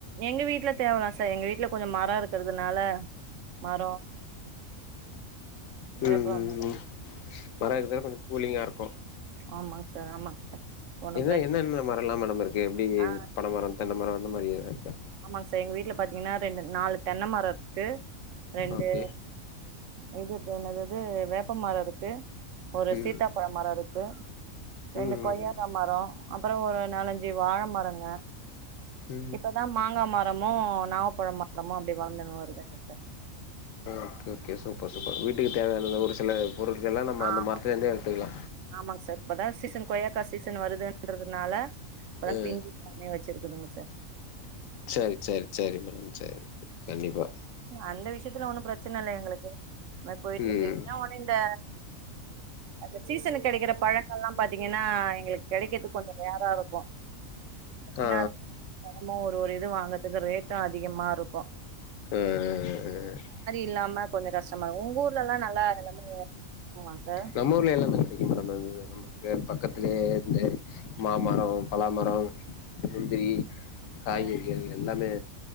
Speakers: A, on the right; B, on the left.
A: எங்க வீட்ல தேவலா சார் எங்க வீட்ல கொஞ்சோ மரோ இருக்கிறதுனால மரோ வேப்ப
B: ம் ம்
A: மரோ
B: ம் மரோ இருக்குறதால கொஞ்சோ கூலிங்கா இருக்கு
A: ஆமாங் சார் ஆமாங் சார் ஒன்னும்
B: இதுல
A: பிரச்சன
B: என்னென்ன மரோலா மேடம் இருக்கு இங்கே
A: ஆ
B: பணமரம் தென்னமரம் அந்த மாரி எது இருக்கா
A: ஆமாங்க சார் எங்க வீட்ல பாத்தீங்கன்னா ரெண்டு நாலு தென்ன மரோ இருக்கு ரெண்டு
B: ஓகே
A: இதுப்பு என்னது வந்து வேப்பமரோ இருக்கு ஒரு
B: ம்
A: சீத்தாப்பழ மரோ இருக்கு ரெண்டு
B: ம்
A: கொய்யாகா
B: ம்
A: மரோ அப்றோ ஒரு நாலஞ்சு வாழ மரங்க
B: ம் ம்
A: இப்பதா மாங்கா மரோ இன்னமு நாவப்ழோ மரமு அப்டி வழந்துனு வருதுங்க sir
B: okay okay super super வீட்டுக்கு தேவயான ஒரு சில பொருட்கள்லா நம்ம
A: ஆமாங்
B: அந்த மரத்துலேருந்தே
A: சார்
B: எடுத்துக்கலா
A: ஆமாங் சார் இப்பதா சீசன் கொய்யா கா சீசன் வருதுன்றதுனால இப்பதா
B: ம்
A: பிஞ்சி காயே வெச்சிரு சொல்லுங்க சார்
B: சரி சரி சரி மேடம் சரி கண்டிப்பா
A: அந்த விஷயத்துல ஒண்ணு பிரச்சன இல்ல எங்குளுக்கு அப்டியே போயிட்டு
B: ம்
A: இருக்கு என்ன ஒண்ணு இந்த அந்த சீசனுக்கு கெடைக்கிற பழங்கள்லாம் பாத்தீங்கன்னா எங்குளுக் கெடைக்குறதுக்கு கொஞ்சோ நேரோ ஆகு போ
B: ஆ
A: என்னாலு தினமும் ஓட் தோரு இது வாங்றதுக்கு ரேட்டு அதிகமா இருக்கூ
B: உம் உம் உம்
A: இல்லாம கொஞ்சோ கஷ்டமாவு உங்க ஊர்லலா நல்லா இருக்குமா சார்
B: நம்ம ஊர்ல எல்லாமே கிடைக்கு மேடம் அது நம்ப கே பக்கத்துலேயே இந்த மாமரோ பலாமரோ முந்திரி காய்கறிகள்
A: ம்
B: எல்லாமே